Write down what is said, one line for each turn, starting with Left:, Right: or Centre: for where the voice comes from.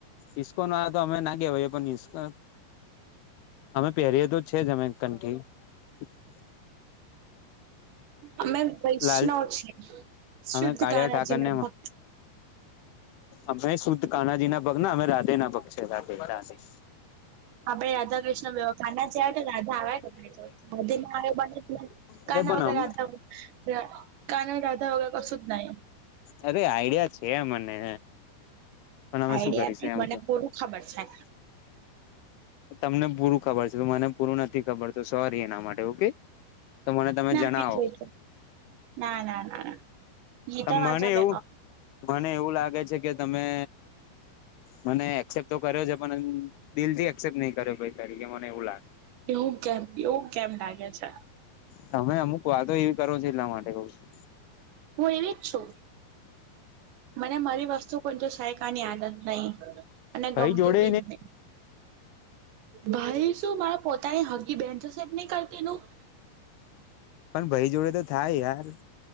Left: ઈસ્કોન વાળા તો અમે ના કેવાઈ એ પણ ઈસ્કો અમે પહેરીએ તો છે જ અમે કંઠી. <inaudible>
Right: અમે વૈષ્ણવ
Left: લાલ
Right: છીએ શુદ્ધ
Left: અમે કાળિયા
Right: કાનાજીના
Left: ઠાકર ને
Right: ભક્ત.
Left: અમે શુદ્ધ કાનાજીના ભક્ત ના અમે રાધેના ભક્ત છે રાધે રાધે.
Right: <inaudible> આપડે રાધા કૃષ્ણ કાના છે કે રાધા આવ મોધી ના આવ બને. કાન
Left: અરે પણ
Right: વગર રાધા કાન રાધા વગેર કસું જ નહી.
Left: અરે આઈડિયા છે મને. પણ અમે
Right: આઈડિયા
Left: શું કરીશ
Right: નહીં
Left: એમ
Right: મને
Left: કે
Right: પૂરું ખબર છે.
Left: તમને પૂરું ખબર છે તો મને પૂરું નથી ખબર તો સોરી એના માટે ઓકે. તો મને તમે
Right: નથી
Left: જણાવો
Right: જોજો. ના ના ના ના. ગીતા
Left: ત મને
Right: વાંચવા
Left: એવું
Right: બેઠો
Left: મને એવું લાગે છે કે તમે મને એક્સેપ તો કર્યો છે પણ દિલથી એક્સેપ્ટ નહીં કર્યો ભાઈ તરીકે મને એવુ
Right: એવું કેમ એવું કેમ લાગે છે?
Left: તમે અમુક વાતો એવી કરો છો એટલા માટે કઉ છું.
Right: હું એવી જ છું. મને મારી વસ્તુ પર સહેકાની આદત નહી અને
Left: ભાઈ
Right: ગમતું
Left: જોડે
Right: બી નહી. ભાઈ શું મારા પોતાની હગી બેન જોશેટ નહી કરતી નું.
Left: પણ ભાઈ જોડે તો થાય યાર.